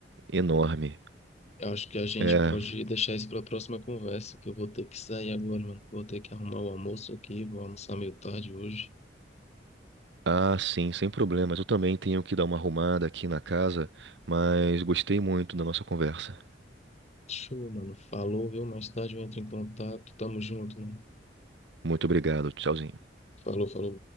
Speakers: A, on the right; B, on the left.
A: enorme.
B: Eu acho que a gente
A: É,
B: pode deixar isso para a próxima conversa, que eu vou ter que sair agora, mano. Vou ter que arrumar o almoço aqui, vou almoçar meio tarde hoje.
A: Ah, sim, sem problemas. Eu também tenho que dar uma arrumada aqui na casa, mas gostei muito da nossa conversa.
B: Show, mano. Falou, viu? Mais tarde eu entro em contato. Tamo junto, mano.
A: Muito obrigado. Tchauzinho.
B: Falou, falou.